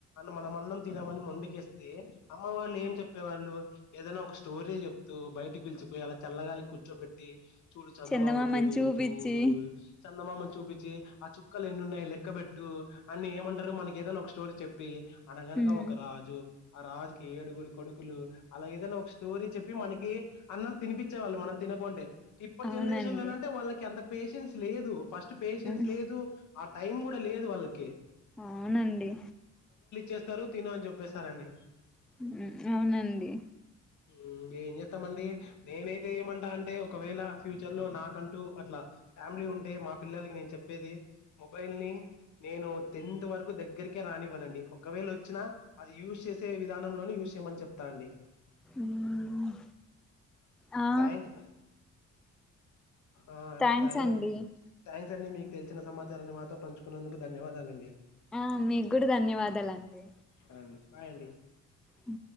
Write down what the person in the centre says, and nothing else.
చందమామని
చూపించి
మ్మ్
అవునండి
మ్మ్
అవునండి.
హ్ అవునండి.
హ్ ఆ
థ్యాంక్స్
అండి
ఆ మీకు కూడా ధన్యవాదాలండి
హ